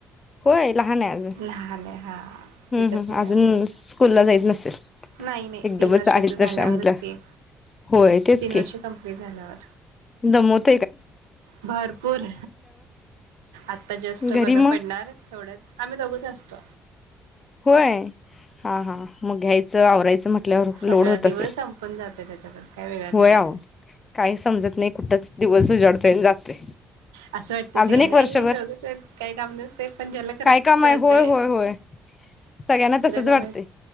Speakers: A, on the left; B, on the right.
A: होय लहान आहे आजून.
B: लहान आहे हा
A: हम्म
B: एकच
A: हम
B: मुलगा
A: अजून
B: आहे माझा.
A: स्कूलला जाइत नसेल
B: नाही नाही
A: एकदमच
B: तीन वर्षाच
A: अडीच
B: झाल्यावरच
A: वर्ष म्हटलं
B: की
A: होय तेच
B: तीन
A: की
B: वर्ष कंप्लीट झाल्यावर.
A: दमोतय.
B: भरपूर आता जस्ट
A: घरी
B: बघा
A: मग
B: पडणार थोड आम्ही दोघच. अस्त.
A: होय हा हा मग घ्यायचं आवरायचं म्हटल्यावर
B: सगळा
A: लोड होत
B: दिवस
A: असेल
B: संपून जाते त्याच्यातच काय वेगळा नाही
A: होय आवो
B: आहे.
A: काही समजत नाही कुठच दिवस उजाडतोय आणि जातोय
B: असं वाटतं सगळ्यांना
A: अजून एक वर्षभर
B: आई दोघंच काही काम नसतय पण ज्याला करत
A: काय काम
B: करळतय.
A: आहे होय होय होय सगळ्यांना
B: दुसऱ्याला
A: तसच वाटतंय
B: माहित,